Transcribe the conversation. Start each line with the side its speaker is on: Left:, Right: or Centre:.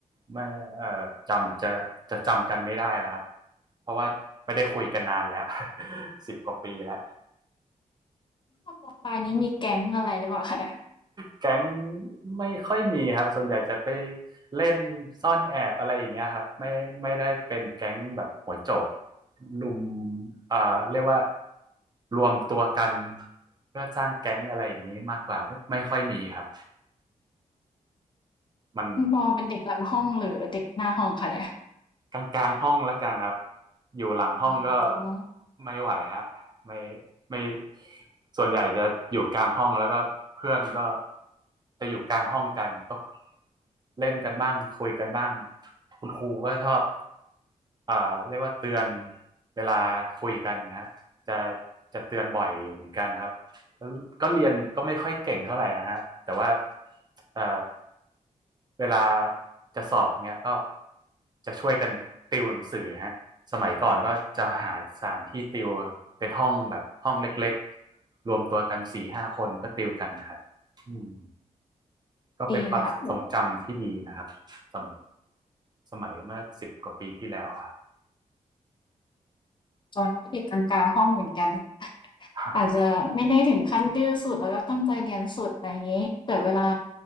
Right: ไม่เอ่อจำจะจะจำกันไม่ได้แล้วครับเพราะว่าไม่ได้คุยกันนานแล้ว <laughs> สิบกว่าปีแล้ว
Left: ตอนมปลายนี้มีแก๊งอะไรหรือเปล่าคะเนี่ย
Right: แก๊งไม่ค่อยมีครับส่วนใหญ่จะไปเล่นซ่อนแอบอะไรอย่างเงี้ยครับไม่ไม่ได้เป็นแก๊งแบบหัวโจกลุมเอ่อเรียกว่ารวมตัวกันเพื่อสร้างแก๊งอะไรอย่างนี้มากกว่าไม่ไม่ค่อยมีครับมัน
Left: คุณปอเป็นเด็กหลังห้องหรือเด็กหน้าห้องคะเนี่ย
Right: กลางกลางห้องแล้วกันครับอยู่หลังห้องก็
Left: อ๋อ
Right: ไม่ไหวฮะไม่ไม่ส่วนใหญ่จะอยู่กลางห้องแล้วก็เพื่อนก็จะอยู่กลางห้องกันก็เล่นกันบ้างคุยกันบ้างคุณครูก็ชอบอ่าเรียกว่าเตือนเวลาคุยกันนะฮะจะจะเตือนบ่อยอยู่เหมือนกันครับก็ก็เรียนก็ไม่ค่อยเก่งเท่าไหร่นะฮะแต่ว่าเอ่อ เวลาจะสอบเงี้ยก็จะช่วยกันติวหนังสือฮะสมัยก่อนก็จะหาสถานที่ติวเป็นห้องแบบห้องเล็กๆรวมตัวกันสี่ห้าคนก็ติวกันนะครับอืมก็เป็นความทรงจำที่ดีนะครับสมัย
Left: ดีเลยค่ะ
Right: สมัยเมื่อสิบกว่าปีที่แล้วอะ
Left: จอยว่าเด็กกลางๆห้องเหมือนกัน <laughs>
Right: ค
Left: อาจจะไม่ได้ถึงขั้นดื้อสุดแล้วก็ตั้งใจเรียนสุดอะไรอย่างนี้แต่เวลา